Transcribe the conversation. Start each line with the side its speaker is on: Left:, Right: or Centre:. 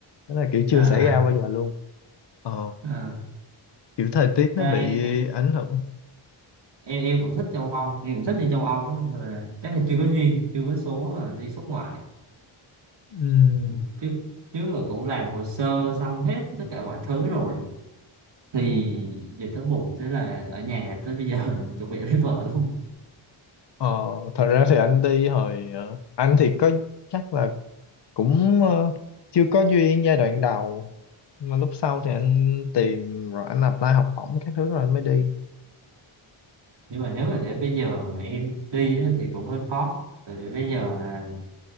Left: tức là kiểu chưa
Right: à,
Left: xảy ra bao giờ luôn ờ,
Right: à.
Left: kiểu thời tiết nó
Right: Ra
Left: bị
Right: em,
Left: ảnh hưởng
Right: em em cũng thích châu Âu em cũng thích đi châu Âu á, mà chắc là chưa có duyên chưa có số là đi xuất ngoại
Left: Ừm,
Right: Ừ, chứ trước là cũng làm hồ sơ xong hết tất cả mọi thứ rồi thì giờ tới buộc thế là ở nhà tới bây giờ <laughs> chuẩn bị lấy vợ luôn
Left: ờ, thật ra thì anh đi hồi ờ, anh thì có chắc là cũng ờ, chưa có duyên giai đoạn đầu mà lúc sau thì anh tìm rồi anh apply học bổng các thứ rồi anh mới đi
Right: nhưng mà nếu mà để bây giờ mà em đi á, thì cũng hơi khó tại vì bây giờ là